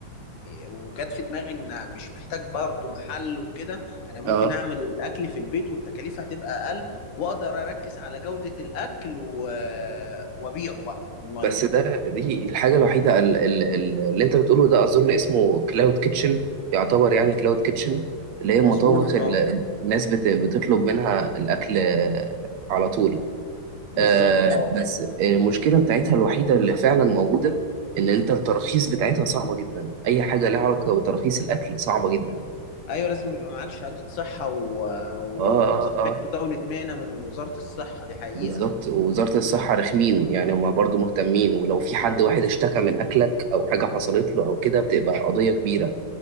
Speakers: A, on the left (about 60°); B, on the right (about 70°).
A: وجت في دماغي ان مش محتاج برضو محل وكده انا ممكن
B: اه
A: اعمل الاكل في البيت والتكاليف هتبقى اقل واقدر اركز على جودة الاكل و... وابيعه بقى اونلاين
B: بس ده دي الحاجة الوحيدة ال- ال- ال- اللي انت بتقوله ده اظن اسمه كلاود كيتشن يعتبر يعني كلاود كيتشن اللي هي
A: مظبوط
B: المطابخ اللي
A: اه
B: الناس بت- بتطلب منها الاكل آه، على طول
A: بالظبط
B: آه،
A: اه
B: بس المشكلة بتاعتها الوحيدة اللي فعلا موجودة ان انت التراخيص بتاعتها صعبة جدا اي حاجة لها علاقة بتراخيص الاكل صعبة جدا
A: ايوه لازم يبقى معاك شهادة صحة و... و...
B: اه
A: وتصريح
B: اه اه
A: مزاولة مهنة من وزارة الصحة دي حقيقة
B: بالظبط ووزارة الصحة رخمين يعني هما برضو مهتمين ولو في حد واحد اشتكى من اكلك او حاجة حصلت له او كده بتبقى قضية كبيرة